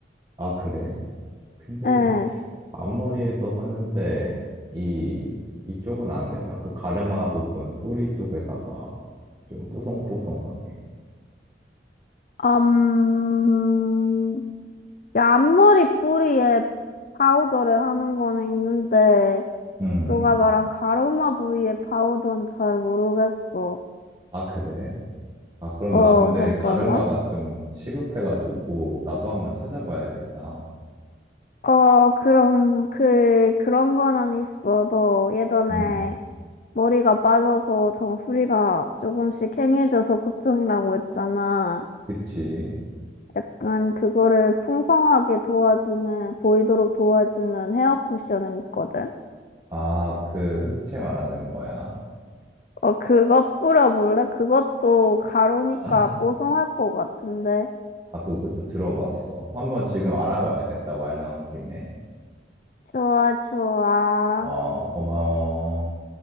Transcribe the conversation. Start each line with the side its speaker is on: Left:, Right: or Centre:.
Right: 아, 그래? 근데
Left: 예,
Right: 앞머리에도 하는데 이 이쪽은 안 되나? 그 가르마 부분 뿌리 쪽에다가 좀 뽀송뽀송하게.
Left: 음, 야, 앞머리 뿌리에 파우더를 하는 거는 있는데,
Right: 음.
Left: 너가 말한 가르마 부위에 파우더는 잘 모르겠어.
Right: 아, 그래? 아, 그럼
Left: 어,
Right: 나 근데
Left: 잠깐만.
Right: 가르마가 좀 시급해가지고 나도 한번 찾아봐야겠다.
Left: 어, 그럼, 그, 그런 거는 있어. 너 예전에
Right: 음,
Left: 머리가 빠져서 정수리가 조금씩 캥해져서 걱정이라고 했잖아.
Right: 그치.
Left: 약간 그거를 풍성하게 도와주는, 보이도록 도와주는 헤어 쿠션은 있거든.
Right: 아, 그 흑채 말하는 거야.
Left: 어, 그거 뿌려볼래? 그것도 가루니까
Right: 아,
Left: 뽀송할 것 같은데.
Right: 그것도 들어봤어. 한번 지금 알아봐야겠다. 말 나온 김에.
Left: 좋아, 좋아.
Right: 어, 고마워.